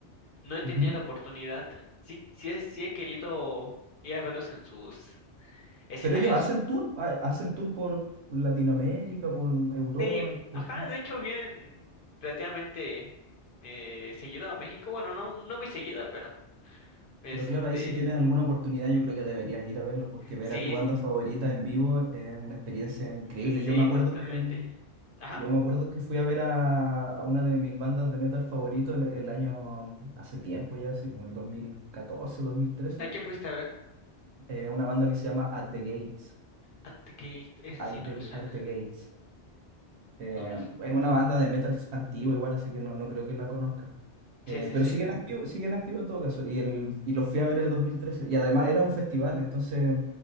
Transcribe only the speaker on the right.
Ujú.
Pero ellos hacen tour, ha- hacen tour por por Latinoamérica, por Europa,
por...
Pero claro, ahí si tienes alguna oportunidad, yo creo que deberías ir a verlos, porque ver
a tu banda favorita en vivo es una experiencia increíble.
Yo me acuerdo
que,
yo me acuerdo que fui a ver a, a una de mis bandas de metal favorito en el, el año, hace tiempo ya, así como el 2014, 2013,
eh, una banda que se llama At the Gates,
At
the,
At the Gates. Eh,
es una banda de metal antigua igual, así que no, no creo que la conozca.
Eh,
pero
siguen activos, siguen activos en todo caso. Y, el, y los fui a ver el dos mil trece Y además era un festival, entonces